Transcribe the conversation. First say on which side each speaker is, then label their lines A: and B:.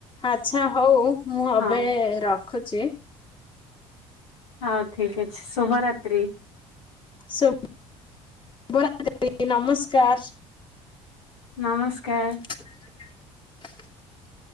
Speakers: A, on the left; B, on the left.
A: ଆଚ୍ଛା ହଉ ମୁଁ
B: ହଁ
A: ଏବେ ରଖୁଚି।
B: ହଁ ଠିକ୍ ଅଛି ଶୁଭରାତ୍ରି।
A: ଶୁଭ୍ ଶୁଭରାତ୍ରି ନମସ୍କାର।
B: ନମସ୍କାର।
A: <unintelligible>